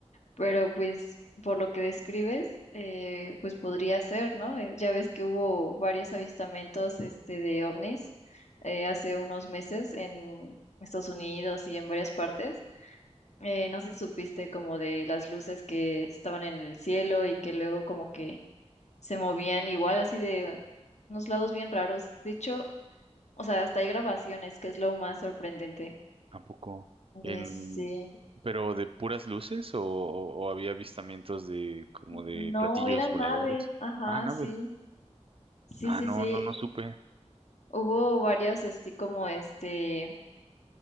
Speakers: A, on the left; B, on the right.
A: pero pues por lo que describes, eh, pues podría ser, ¿no? Eh, Ya ves que hubo varios avistamientos, este, de ovnis eh, hace unos meses en Estados Unidos y en varias partes. Eh, no sé si supiste como de las luces que estaban en el cielo y que luego como que se movían igual así de unos lados bien raros. De hecho, o sea, hasta hay grabaciones, que es lo más sorprendente.
B: Tampoco en,
A: Eh, sí.
B: pero de puras luces o, o- o había avistamientos de como de
A: No,
B: platillos
A: eran
B: voladores?
A: naves Ajá,
B: Ah, no,
A: sí.
B: güey.
A: Sí,
B: Ah,
A: sí,
B: no,
A: sí.
B: no, no supe.
A: Hubo varios así como este,